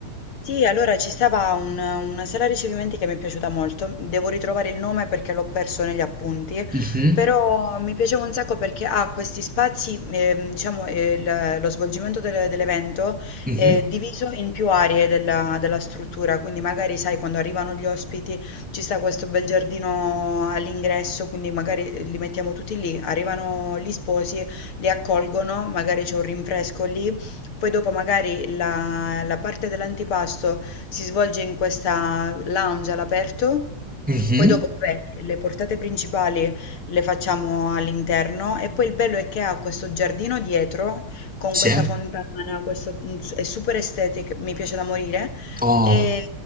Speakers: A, on the left (about 75°); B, in the centre.
A: Sì, allora ci stava un- una sala ricevimenti che mi è piaciuta molto. Devo ritrovare il nome perché l'ho perso negli appunti,
B: Mhm,
A: però mi piaceva un sacco perché ha questi spazi, ehm, diciamo, eh, il- lo svolgimento del- dell'evento
B: mhm,
A: è diviso in più aree della, della struttura, quindi magari sai, quando arrivano gli ospiti ci sta questo bel giardino all'ingresso, quindi magari li mettiamo tutti lì, arrivano gli sposi, li accolgono, magari c'è un rinfresco lì poi dopo magari la, la parte dell'antipasto si svolge in questa lounge all'aperto,
B: mhm,
A: poi dopo vabbè, le portate principali le facciamo all'interno e poi il bello è che ha questo giardino dietro con questa
B: Sì.
A: fontana, questo, è super estetica, mi piace da morire.
B: Oh.
A: E,